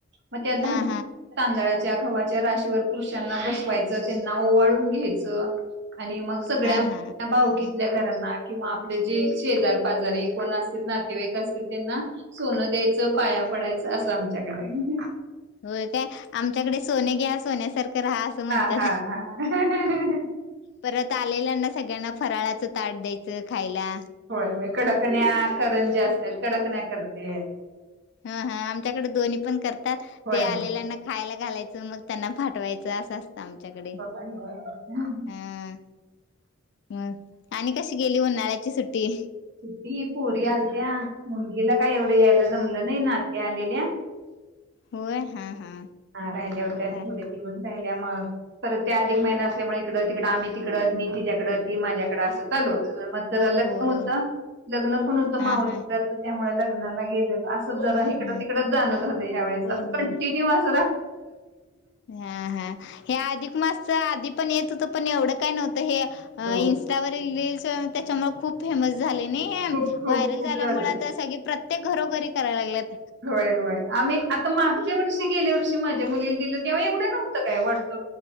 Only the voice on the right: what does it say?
मग त्या धान्य
तांदळा घवा्हाच्या राशीवर पुरुषांना बसवायचं त्यांना ओवाळून घ्यायचं. आणि मग सगळ्या
भावकी करना किंवा आपले जे शेजार पाजारी कोण असतील नातेवाईक असतील त्यांना सोनं द्यायचं पाया पडायचं असं आमच्याकडे आहे.
हा हा हा
होय हो कडकण्या करंजा.. ते कडकन्या करतात.
होय
होय
होय होय
सुती पोरी आलत्या मुलगीला काय एवढं यायला जमलं नाही नात आलेल्या...
हा राहिल्या होत्या
थोडे दिवस राहिल्या मग... तर ते अधिक महिना असल्यामुळे इकडं तिकडडे आम्ही तिकडच मी तिच्याकड ती माझ्याकडं असं चालू होत. मग
जरा लग्न
होत
लग्न पण होत
मावस
दिराच त्यामुळे लग्न लग्नाला गेलेलो.. जराड
तिकडच जाणं झालंस
अस
कंटिन्यू अस..
हो.
खूप खूप
खूप
झालंय
होय होय. आम्ही आता मागच्या वर्षी गेल्या वर्षी... माझ्या मुलीला दिल तेव्हा एवढं नव्हतं काय वाटतं?